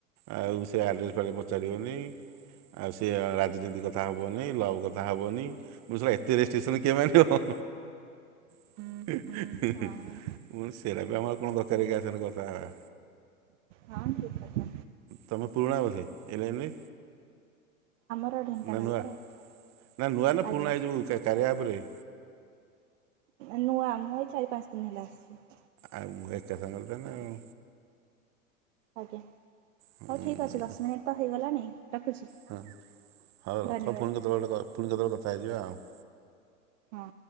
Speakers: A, on the right; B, on the right.
A: ଆଉ ସେ ଆଡ୍ରେସ ପା ପଚାରିବନି। ଆଉ ସେଏ ରାଜନୀତି କଥା ହେବନିଁ ଲଭ୍ କଥା ହବନି। ଶଳା ଏତେ ରେଷ୍ଟସନ କିଏ ମାନିବ। <inaudible> ମୁଁ କହିଲି
B: ହଁ
A: ସେରାକ ଆମର କଣ ଦରକାରକି କାହା ସାଙ୍ଗରେ କଥା ହେବା।
B: ହଁ ଠିକ୍ କଥା।
A: ତମେ ପୂରୁଣା ବୋଧେ ଏଲାଇନି?
B: ଆମର ଢେଙ୍କାନାଳ
A: ନା ନୂଆ
B: ପରା
A: ନା ନୂଆ ନା
B: ଆଜ୍ଞା
A: ପୁରୁଣା ଏଇଯୋଉ କାରିଆ ଆପ ରେ?
B: ନା ନୂଆ ମୁଁ ଏଇ ଚାରି ପାଞ୍ଚ ଦିନ ହେଲେ ଆସିଛି।
A: ଆଉ ଏକା ସାଙ୍ଗରେ ତାନା ଆଉ
B: ଆଜ୍ଞା
A: ହୁଁ,
B: ହଉ ଠିକ୍ ଅଛି ଦଶ ମିନିଟ୍ ତ ହେଇଗଲାଣି ରଖୁଛି?
A: ହଁ ହଉ ରଖ
B: ଧନ୍ୟବାଦ
A: ପୁଣି କେତେବେଳେ ପୁଣି କେତେବେଳେ କଥା ହେଇଯିବା ଆଉ
B: ହଁ।